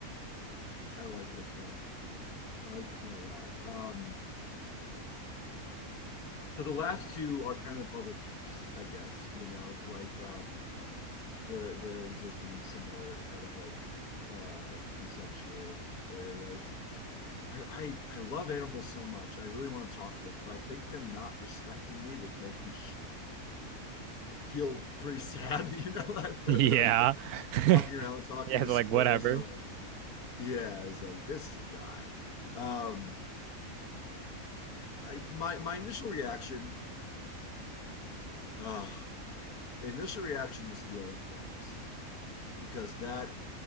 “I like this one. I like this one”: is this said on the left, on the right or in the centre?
Left